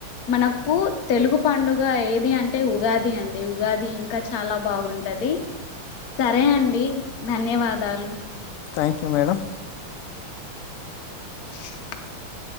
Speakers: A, on the left (about 55°); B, on the left (about 85°).
A: మనకు తెలుగు పండుగ ఏది అంటే ఉగాది అండి ఉగాది ఇంకా చాలా బాగుంటాది. సరే అండి. అండి ధన్యవాదాలు.
B: Thank you madam.
A: <inaudible>